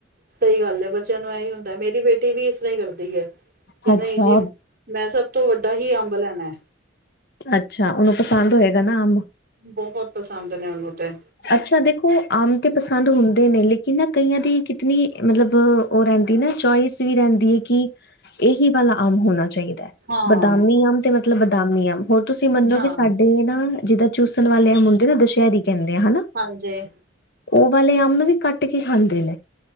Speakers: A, on the right; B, on the left.
A: ਸਹੀ ਗੱਲ ਐ ਬੱਚਿਆਂ ਨੂੰ ਇਹੀ ਹੁੰਦਾ ਮੇਰੀ ਬੇਟੀ ਵੀ ਇਸਰ੍ਹਾਂ ਈ ਕਰਦੀ ਐ
B: ਹੈ
A: ਕਿ ਨਹੀਂ
B: ਅੱਛਾ
A: ਜੀ ਮੈਂ ਸਭ ਤੋਂ ਵੱਡਾ ਹੀ ਅੰਬ ਲੈਨੈ।
B: ਅੱਛਾ ਉਹਨੂੰ ਪਸੰਦ ਹੋਏਗਾ ਨਾ ਅੰਬ
A: ਬਹੁਤ ਪਸੰਦ ਨੇ ਉਹਨੂੰ ਤੇ।
B: ਅੱਛਾ ਦੇਖੋ ਅੰਬ ਤੇ ਪਸੰਦ ਹੁੰਦੇ ਨੇ ਲੇਕਿਨ ਨਾ ਕਈਆਂ ਦੀ ਕਿਤਨੀ ਮਤਲਬ ਉਹ ਰਹਿੰਦੀ ਨਾ ਚੋਇਸ ਵੀ ਰਹਿੰਦੀ ਏ ਕਿ ਇਹੀ ਵਾਲਾ ਅੰਬ ਹੋਣਾ ਚਾਹੀਦੈ।
A: ਹਾਂ,
B: ਬਦਾਮੀ ਅੰਬ ਤੇ ਮਤਲਬ ਬਦਾਮੀ ਅੰਬ ਹੋਰ ਤੁਸੀਂ ਮੰਨੋਗੇ
A: ਹਾਂ
B: ਸਾਡੇ ਵੀ ਨਾ ਜਿੱਦਾਂ ਚੂਸਣ ਵਾਲੇ ਅੰਬ ਹੁੰਦੇ ਨਾ ਦੁਸ਼ਹਿਰੀ ਕਹਿੰਦੇ ਆ, ਹਨਾ।
A: ਹਾਂਜੀ
B: ਉਹ ਵਾਲੇ ਅੰਮ ਵੀ ਕੱਟ ਕੇ ਖਾਂਦੇ ਨੇ।